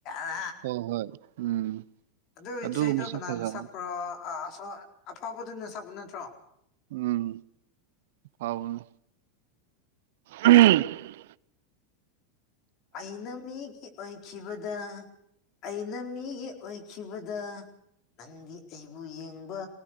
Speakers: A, on the left; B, on the right.
A: ꯑ
B: ꯍꯣꯏ ꯍꯣꯏ ꯎꯝ
A: ꯑꯗꯨ
B: ꯑꯗꯨꯒꯨꯝꯕꯁꯨ
A: ꯏꯁꯩꯗꯣ ꯀꯅꯥꯅ
B: ꯐꯖꯕꯅꯤ
A: ꯁꯛꯄ꯭ꯔꯣ ꯑꯁꯣ ꯑꯐꯕꯗꯨꯅ ꯁꯛꯄ ꯅꯠꯇ꯭ꯔꯣ
B: ꯎꯝ ꯐꯥꯎꯅꯦ ꯎꯝ
A: ꯑꯩꯅ ꯃꯤꯒꯤ ꯑꯣꯏꯈꯤꯕꯗ ꯑꯩꯅ ꯃꯤꯒꯤ ꯑꯣꯏꯈꯤꯕꯗ ꯅꯪꯗꯤ ꯑꯩꯕꯨ ꯌꯦꯡꯕ